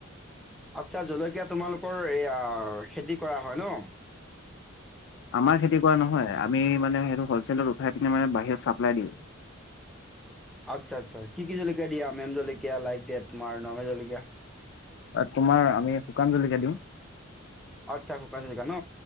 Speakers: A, in the centre; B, on the left (about 60°).
A: আচ্ছা জলকীয়া তোমালোকৰ এইয়া খেতি কৰা হয় ন'।
B: আমাৰ খেতি কৰা নহয়, আমি মানে সেইটো হলছেলত উঠাই কিনে মানে বাহিৰত চাপ্লাই দিওঁ।
A: <inaudible> আচ্ছা, আচ্ছা, কি কি জলকীয়া দিয়া মেম জলকীয়া, লাইক দে তোমাৰ নমে জলকীয়া
B: তোমাৰ আমি শুকান জলকীয়া দিওঁ।
A: আচ্ছা শুকান জলকীয়া ন?